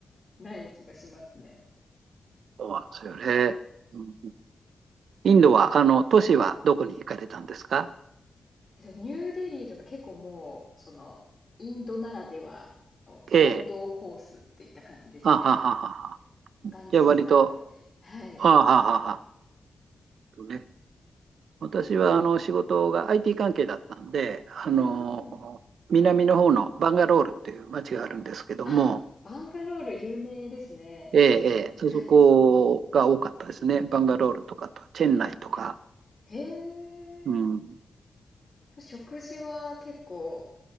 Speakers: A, on the left; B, on the right.
A: ない気がしますね。
B: そうなんですよね。うん、インドは、あの、都市はどこに行かれたんですか
A: えっと、ニューデリーとか結構もう、その、インドならではの王道コースといった感じですね。
B: A あはははは。
A: ガンジス川だったり。
B: じゃあ割と、
A: はい。
B: あはははは。ね私はあの仕事が IT 関係だったんで、あの南の方のバンガロールっていう町があるんですけども、
A: うーん。あ、バンガロール有名ですね。
B: ええ、ええそこが多かったですね。
A: はい。
B: バンガロールとかと、チェンナイとか。
A: へえ。
B: うん、
A: 食事は結構、